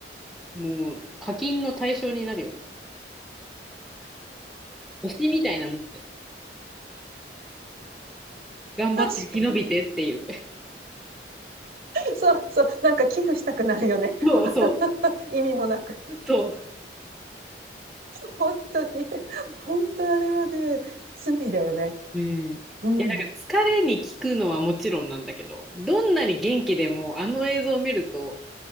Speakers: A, in the centre; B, on the right.
A: もう課金の対象になるよね。推しみたいなもんだよ。頑張って生き延びてっていう。
B: 確かに。そうそう。なんか寄付したくなるよね。
A: <laughs> そうそう。
B: <laughs> 意味もなく。
A: そう。
B: 本当に。本当あれはね、罪だよね。
A: うん。いや、
B: うん。
A: なんか疲れに効くのはもちろんなんだけど、どんなに元気でもあの映像を見ると、